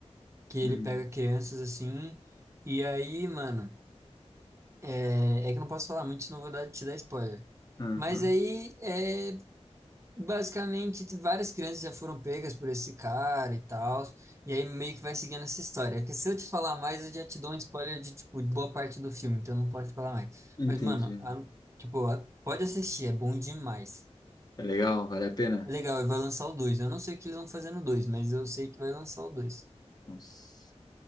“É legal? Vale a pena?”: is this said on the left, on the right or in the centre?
Left